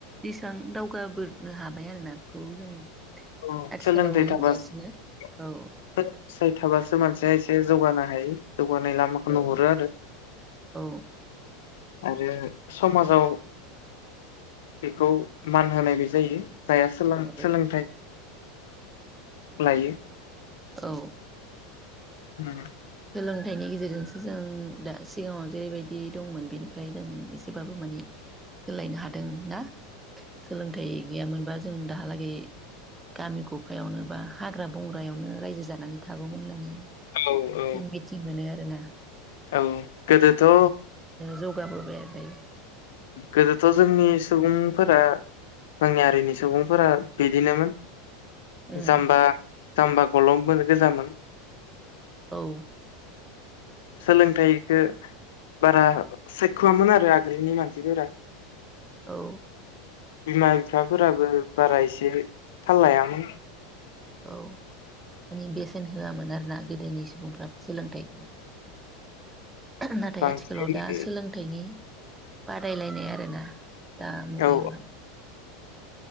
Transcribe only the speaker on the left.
औ
सोलोंथाइ थाबासो
सोलोंथाइ <unintelligible> थाबासो मानसिया एसे जौगानो हायो जौगानाय लामाखौ
नुहरो आरो,
आरो समाजाव बेखौ मान होनायबो जायो। जाया सोलों-सोलोंथाइ
लायो
हम
औ औ
औ गोदोथ'
गोदोथ' जोंनि सुबुंफोरा जोंनि हारिनि सुबुंफोरा बिदिनोमोन
जाम्बा जाम्बा गल'फोर गोजामोन।
सोलोंथाइखो बारा सायख'वामोन आरो आगो नि मानसिफोरा
बिमा बिफाफोराबो बारा एसे थाल लायामोन।
बांसिन
औ